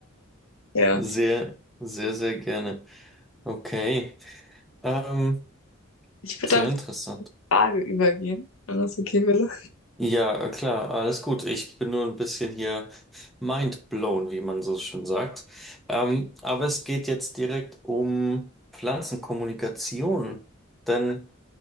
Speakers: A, on the left; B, in the centre.
A: Ja.
B: Sehr, sehr, sehr gerne. Okay. Ähm,
A: Ich würde
B: sehr
A: dann
B: interessant.
A: zur Frage übergehen, wenn das okay wäre.
B: Ja, äh, klar, alles gut. Ich bin nur ein bisschen hier mind blown, wie man so schön sagt. Ähm, aber es geht jetzt direkt um Pflanzenkommunikation. Denn